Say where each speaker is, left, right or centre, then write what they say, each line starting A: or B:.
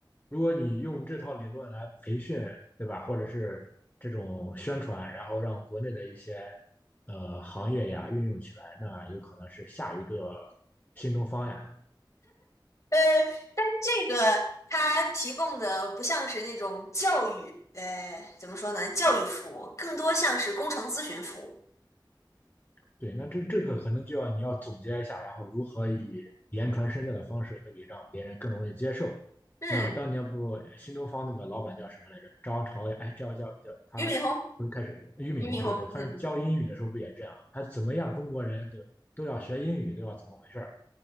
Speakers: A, on the left; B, on the left.
A: 如果你用这套理论来培训，对吧？或者是这种宣传，然后让国内的一些呃行业呀运用起来，那有可能是下一个新东方呀。
B: 呃，但是这个它提供的不像是那种教育，呃，怎么说呢？教育服务更多像是工程咨询服务。
A: 对，那这这个可能就要你要总结一下，然后如何以言传身教的方式可以让别人更容易接受。
B: 嗯，
A: 那当年不新东方那个老板叫什么来着？张朝阳，哎，叫叫叫他不是开始俞敏洪对对，
B: 俞敏洪，俞敏洪，
A: 他是教英语的时候不也这样？
B: 嗯，嗯
A: 他怎么样，中国人就都要学英语，对吧？怎么回事儿？